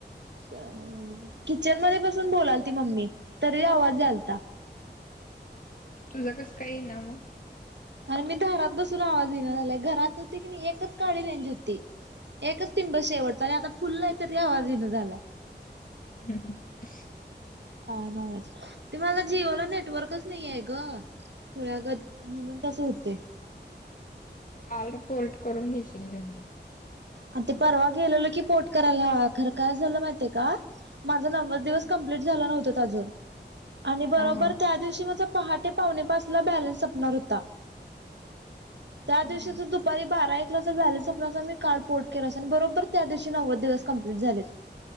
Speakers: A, on the right; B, on the left.
A: अ किचन मध्ये बसून बोलाल ती मम्मी तरी आवाज झालता
B: तुझं कसं काही नाम
A: अरे मी दरात बसून आवाज येन आलाय घरात होती की नाही एकच काडी रेंज होती एकच तिंबा शेवडत आणि आता फुल आहे तरी आवाजीन झालाय
B: ह
A: ह नवाज ते मला जिओ ला नेटवर्कच नाही आहे ग खोळागत म्हणून तसे होते
B: हम्म पोर्ट करून घेशील त्यांनी
A: आ ते परवा गेलेलो की पोर्ट करायला ह खरं काय झालं माहितीय का? माझा नव्वद दिवस कंप्लीट झाला नव्हतीत अजून आणि बरोबर
B: हा हा.
A: त्या दिवशी माझ पहाटे पावणेपाचला बॅलन्स सपणार हुता त्या
B: हा
A: दिवशी
B: हा.
A: तर दुपारी बारा एकला जर बॅलन्स सपलाअसता तर मी काल पोर्ट केलं बरोबर त्या दिवशी नव्वद दिवस कंप्लीट झालेत.